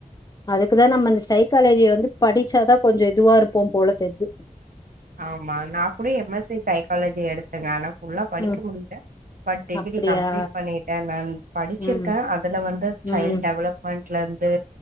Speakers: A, on the left (about 25°); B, on the right (about 70°).
A: அதுக்குதா நம்ம அந்த சைக்காலஜிய வந்து படிச்சாதா கொஞ்ச இதுவா இருப்போ போல தெர்து
B: ஆமா நா கூட எம் எஸ் சி சைக்காலஜி எடுத்தங்க ஆனா ஃபுல்லா படிக்க
A: ம்
B: முடில பட் டிகிரி
A: அப்டியா
B: கம்ப்ளீட் பண்ணி ஏ நா படிச்சிருக்கே
A: ம்
B: அதுல வந்து
A: ம்
B: சைல்ட் டெவலப்மெண்ட்ல இருந்து